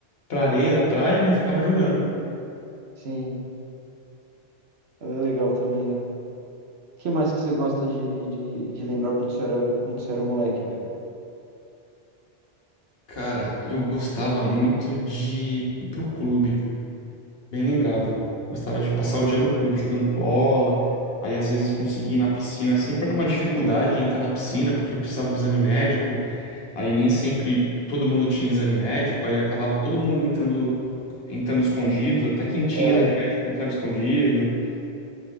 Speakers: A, on the left; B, on the right.
A: pra areia da praia, né? E ficava jogando.
B: Sim, é legal também, né? O que mais que você gosta de, de, de lembrar quando você era, quando você era moleque, velho?
A: Cara, eu gostava muito de ir pro clube, bem lembrado. Gostava de passar o dia no clube jogando bola. Aí às vezes conseguia ir na piscina, é sempre era uma dificuldade de entrar na piscina porque precisava do exame médico. Aí nem sempre todo mundo tinha exame médico, aí acabava todo mundo entrando entrando escondido, até quem tinha
B: É,
A: exame médico entrava escondido.